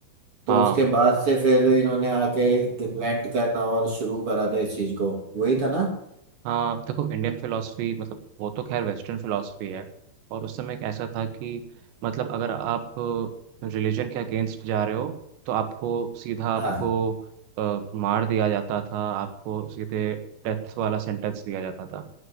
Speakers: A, on the right; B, on the right.
A: तो
B: हाँ
A: उसके बाद से फिर इन्होंने आके इन्वेंट करना और शुरू करा था इस चीज को वही था ना
B: हाँ देखो इंडियन फिलोसफी मतलब वो तो खैर वेस्टर्न फिलोसफी है और उस समय एक ऐसा था कि मतलब अगर आप रिलीजन के अगेंस्ट जा रहे हो तो आपको सीधा आपको
A: हाँ
B: अ, मार दिया जाता था आपको सीधे डेथ वाला सेंटेंस दिया जाता था